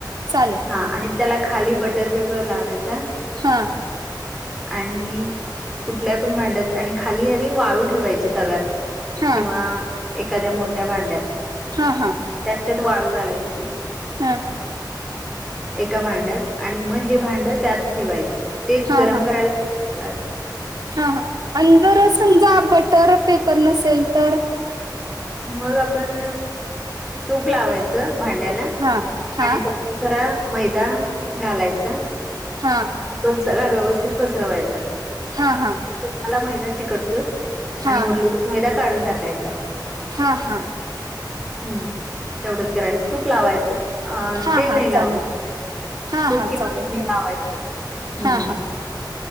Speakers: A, on the right (about 60°); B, in the centre.
A: चालेल
B: हा
A: चालेल
B: आणि त्याला खाली बटर पेपर लावायचा
A: हा
B: आणि कुठल्याही पण भांडत आणि खाली आधी वाळू ठेवायची तव्यात
A: हा
B: किंवा एखाद्या मोठ्या भांड्यात
A: हा हा....
B: त्याच्यात वाळू घालायची....
A: हा...
B: एका भांड्यात आणि मग हे भांडं त्यात ठेवायचं ते
A: हा हा
B: गरम करायला... सारी....
A: हा हा आणि जर समजा बटर पेपर नसेल तर...
B: मग आपण तूप लावायचं भांड्याला....
A: हा हा...
B: आणि जरा मैदा घालायचा....
A: हा...
B: तो सगळा व्यवस्थित पसरवायचा...
A: हा हा...
B: त्याला मैदा चिकटतोय
A: हा
B: आणि उरलेला मैदा काढून टाकायचा....
A: हा हा...
B: हम् तेवढंच करायचं तूप लावायचं... अ
A: हा
B: तेल
A: हा
B: नाही लावायचं
A: चालेल हा
B: तूप
A: हा
B: किंवा
A: चालेल चालेल
B: लावायचं हम्म.....
A: हा हा